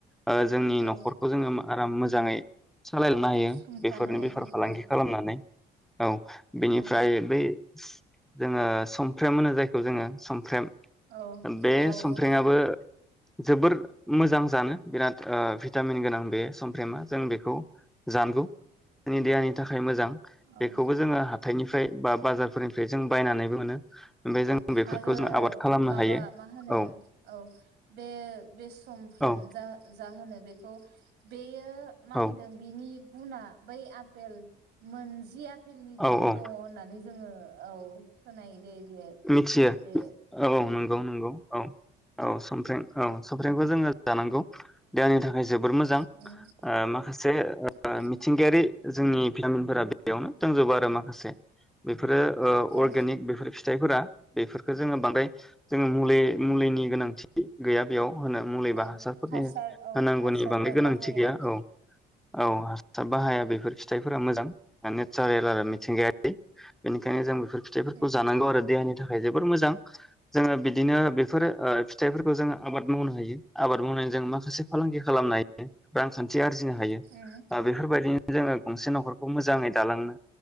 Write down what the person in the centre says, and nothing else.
ओ जोंनि
न'खरखौ जोङो मा आराम मोजाङै सालायलांनो हायो
बेफोरनि
बेफार फालांगि
खालामनानै। औ बेनिफ्राय
बै जोङो समफ्रेम होनो जायखौ जोङो समफ्रेम
बे
समफ्रेमाबो
जोबोर मोजां जानो बिराद ओ भिटामिन गोनां बे सफ्रेमा जों बेखौ जानगौ जोंनि देहानि थाखाय मोजां बेखौबो
जोङो हाथथायनि निफ्राय बा बाजारफोरनिफ्राय जों बायनानैबो मोनो ओमफ्राय
जों बेफोरखौ
जों आबाद खालामनो
हायो
औ
औ
औ
औ औ
मिथियो
औ नंगौ नंगौ औ औ संफ्रेम औ संमफ्रेमखौ जोङो जानांगौ देहानि थाखाय जोबोर मोजां ओ
माखासेओ ओ
मिथिंगायारि जोंनि बि जामिनफोरा बेयावनो दांजोबो आरो ना माखासे बेफोरो ओ
अर्गेनिक बेफोर फि फोरा बेफोरखौ जोङो बांद्राय जोङो मुलि मुलिनि गोनांथि गैया बेयाव होनो मुलिबा
हासारफोरनि
होनांगौनि
बांद्राय गोनांथि
गैया औ औ हा हासार बाहाया बेफोर फिथाइफोरा मोजां ओ नेचारेल आरो मिथिंगायारि बेनिखायनो जों बेफोर फिथाइफोरखौ
जानांगौ आरो देहानि थाखाय जोबोर मोजां, जोङो बिदिनो बेफोर ओ फिथाइफोरखौ जोङो आबाद मावनो हायो आबाद मावनानै जों माखासे फालांगि खालामनाय रांखान्थि आरजिनो हायो
ओ बेफोरबायदिनो जोङो गंसे न'खर खौ मोजाङै दालांनो